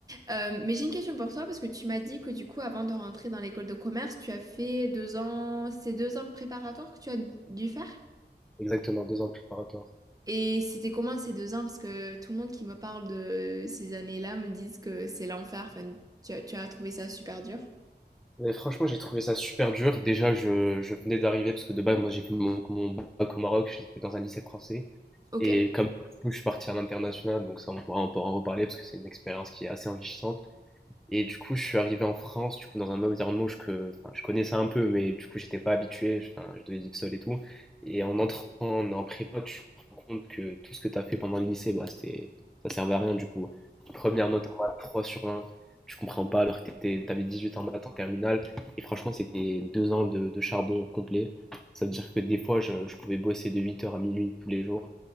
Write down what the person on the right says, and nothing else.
Euh, mais j'ai une question pour toi parce que tu m'as dit que du coup, avant de rentrer dans l'école de commerce, tu as fait deux ans, c'est deux ans préparatoires que tu as dû faire?
Et c'était comment ces deux ans? Parce que tout le monde qui me parle de ces années-là me disent que c'est l'enfer. Enfin, tu as, tu as trouvé ça super dur.
Ok.